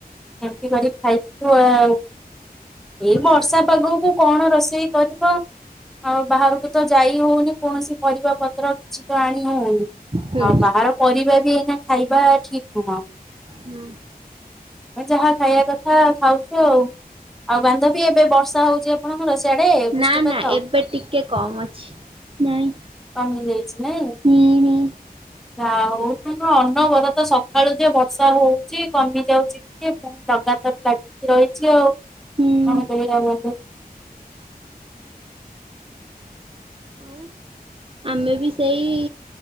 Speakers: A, in the centre; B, on the right.
A: ଏମିତି କରିକି ଖାଇଥିଲୁ ଆଉ। ଏଇ
B: ହୁଁ
A: ବର୍ଷା ପାଗକୁ କଣ ରୋଷେଇ କରିବ। ଆଉ ବାହାରୁକୁ ତ ଯାଇ ହଉନି କୌଣସି ପରିବା ପତ୍ର କିଛି ତ ଆଣି ହଉନି।
B: ହୁଁ
A: ଆଉ ବାହାର ପରିବା ବି ଏଇନା ଖାଇବା ଠିକ୍ ନୁହଁ।
B: ହୁଁ
A: ଯାହା ଖାଇବା କଥା ଖାଉଚ ଆଉ, ଆଉ ବାନ୍ଧବି ଏବେ ବର୍ଷା ହଉଚି ଆପଣଙ୍କର ସିଆଡେ ବୃଷ୍ଟିପାତ?
B: ନା ନା ଏବେ ଟିକେ କମ୍ ଅଛି। ନାଇଁ
A: କମି ଯାଇଚି ନାଇଁ।
B: ହୁଁ ହୁଁ।
A: ଯାଆ ହୋଉ କିନ୍ତୁ ଅନବରତ ସକାଳୁ ଯେ ବର୍ଷା ହଉଚି କମି ଯାଉଛି <inaudible> ଲଗାତାର ଲାଗିକି ରହିଛି ଆଉ
B: ହୁଁ
A: କଣ କରିବା ବନ୍ଧୁ?
B: ଆଉ ଆମେ ବି ସେଇ